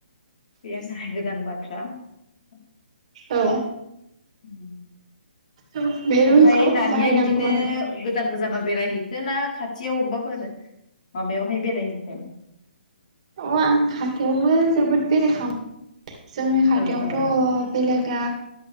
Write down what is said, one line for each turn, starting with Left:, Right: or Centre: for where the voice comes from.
Left: <unintelligible>
Right: औ
Left: उम
Right: बे रुलखौ
Left: ओमफ्राय नानिया
Right: बाहायनांगौ
Left: बिदिनो
Right: आरो
Left: गोजान- गोजान गोजानाव बेरायहैखो ना खाथियाव अबेबाफोर माबायावहाय बेरायहैखो?
Right: अ आं खाथियावबो जोबोद बेरायखांबाय। जोंनि खाथियावथ'
Left: ओ ओ
Right: बेलेग दा